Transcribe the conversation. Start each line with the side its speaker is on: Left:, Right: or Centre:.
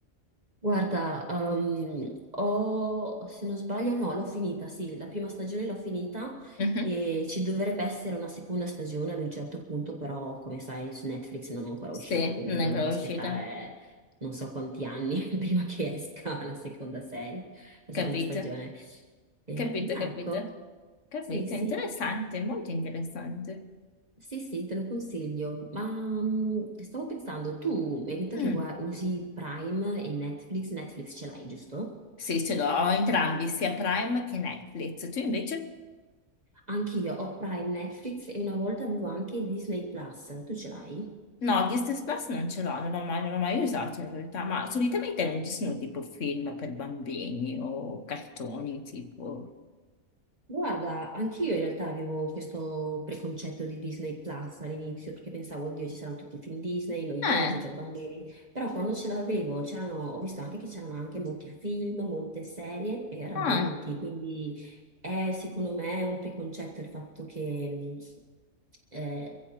Right: Guarda, ehm, ho, se non sbaglio, no, l'ho finita, sì, la prima stagione l'ho finita
Left: Mhm,
Right: e ci dovrebbe essere una seconda stagione ad un certo punto, però come sai su Netflix non è ancora
Left: Sì,
Right: uscita, quindi
Left: non
Right: dovremmo
Left: è ancora
Right: aspettare
Left: uscita,
Right: non so quanti anni <laughs> prima che esca la seconda serie, la
Left: capito,
Right: seconda stagione. Ehm,
Left: capito,
Right: ecco.
Left: capito, capito,
Right: Sì, sì,
Left: interessante, molto interessante.
Right: sì, sì, te lo consiglio. Ma mm, stavo pensando, tu mi hai detto che
Left: Mm,
Right: gua- usi Prime e Netflix, Netflix ce l'hai, giusto?
Left: Sì, ce l'ho entrambi, sia Prime che Netflix, tu invece?
Right: Anche io ho Prime Netflix e una volta avevo anche Disney Plus, tu ce l'hai?
Left: No, Disney Plus non ce l'ho, non l'ho mai, non l'ho mai usato in realtà, ma solitamente non ci sono tipo film per bambini o cartoni tipo...
Right: Guarda, anch'io in realtà avevo questo preconcetto di Disney Plus all'inizio perché pensavo, oddio, ci saranno tutti i film Disney noiosi
Left: Eh,
Right: per bambini, però quando ce l'avevo c'erano, ho visto anche che c'erano anche molti film, molte serie per adulti,
Left: ah,
Right: quindi è secondo me un preconcetto il fatto che, mh, eh,